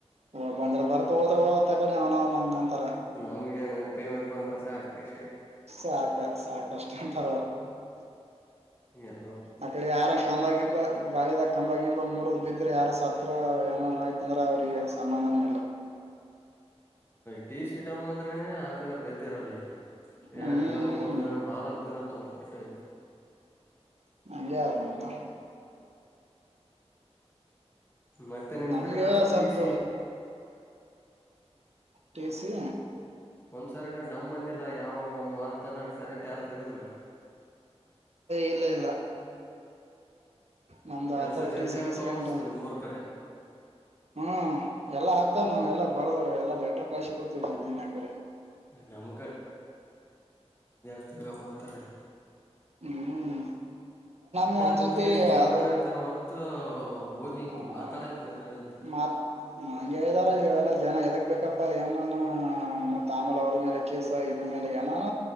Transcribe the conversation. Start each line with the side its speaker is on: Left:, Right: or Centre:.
Right: ಓ ಬಂದ್ರ ಬರ್ತ ಹೋದ್ರ ಆತ್ತ ಕಡೆ ಅವನ ಅವನ ಹಂಗಂತಾರ
Left: ನಮ್ಗ ಏನ್ ಪೇಮೆಂಟ್ ಬಂದ್ರೆ ಸಾಕು ಇಷ್ಟೇ.
Right: ಸಾಕ ಸಾಕಷ್ಟ <unintelligible>
Left: ಹ್ಮ.
Right: ಅ ಕಡೆ ಯಾರ ಕಂಬಾಗಿಂಬ ಗಾಳಿಿದಾಗ ಕಂಬಾಗಿಂಬ ಮೂರ ಬಿದ್ರೆ ಯಾರ ಸತ್ ಏನೋ್ ಅಂದ್ರ ಅವರಿಗೆ ಸಮಂದನೇ ಇಲ್ಲ.
Left: ಟಿ ಸಿಡಂ ಅಂದ್ರೇನೆ ಹಾಕದ್ರ ಗತ್ತ ಇತ್ತರಲಿ ಇಲ್ಲಿ
Right: ಹ್ಮ್
Left: ಎರಡ್ ದಿನ ಮೂರ್ ದಿನ ನಾಲ್ಕ್ ದಿನ ತಗೋಂತಾರ್ ಟೈಮ್.
Right: <unintelligible>
Left: ಮತ್ತೆ ನಿಮ್
Right: ನಮ್ಗ
Left: ಕಡೆ ಯಾವ
Right: ಸ್ವಲ್ಪ
Left: ಟಿಸಿ.
Right: ಟಿಸಿ.
Left: ಒಂದ್ಸರಿನು ಡಮ್ ಅಂದಿಲ್ಲ ಯಾವ ಒಂದ್ ವಾರತಾನ ಕರೆಂಟ್ ಯಾರು ತಗುದಿಲ್ಲ.
Right: ಇಲ್ಲ ಇಲ್ಲ ನಮ್ದು
Left: ಕೆಲ್ಸ
Right: ಆತರ
Left: ಜಲ್ದಿ
Right: ಟಿ ಸಿ
Left: ಆಗ್ತಾವ
Right: ಗೀಸಿ ಅಂಡ್
Left: ಅನ್ತದೆ ನಿಮ್ ಮೂರ್ ಕಡೆ
Right: ಹ್ಮ್ ಎಲ್ಲಾ ಆಗ್ತ ನಾವ್ ಎಲ್ಲ ಬರ್ದ ಎಲ್ಲಾ ಲೆಟರ್ ಕಾಯಸಿ ಕೊಡ್ತಿದವಿ ಇಲ್ ದಿನ ಕಡೆ
Left: ನಮ್ ಬೇಗಪ್ಪ ಅಂತಾರಿ
Right: ಹ್ಮ್ ನಮ್ಮ ಒಂದ್ಸತಿ
Left: ಕುಂತ್ಗೆ ಜೀವನ
Right: ಅದು
Left: ಕಳಿತಾರ ಹೊರತು ಹೋಗಿ ಹಿಂಗ್
Right: ಹ
Left: ಮಾತಾಡಂಗಿಲ್ಲ ಎದ್ರ ನಿಂತ
Right: ಮತ್ ಹಂಗೆ ಹೇಳ್ದಾರ ಇಲ್ಲ ಜನ ಎದಕ್ ಬೇಕಪ್ಪಾ ಏನು ಮತ್ ತಾಮಲ್ ಅವ್ರ ಮೇಲೆ ಕೇಸ ಇದ್ರ ಮೇಲೆ ಏನಾನ